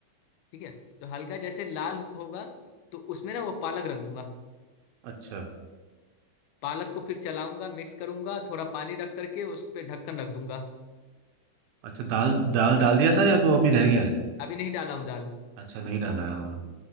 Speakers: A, on the left (about 80°); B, on the right (about 80°).
A: ठीक है तो हल्का जैसे लाल होगा तो उसमें ना वो पालक रख दूंगा
B: अच्छा
A: पालक को फिर चलाऊंगा मिक्स करूंगा थोड़ा पानी रख करके उस पर ढक्कन रख दूंगा
B: अच्छा दाल दाल डाल दिया था या वो अभी रह गया है
A: अभी नहीं डाला हूँ दाल
B: अच्छा नहीं डाला है हाँ।